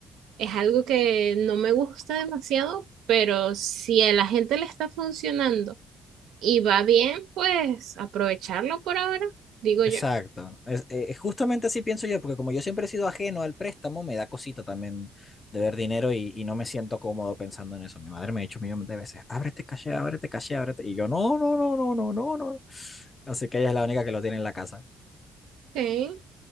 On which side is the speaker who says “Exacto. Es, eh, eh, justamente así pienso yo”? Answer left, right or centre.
Left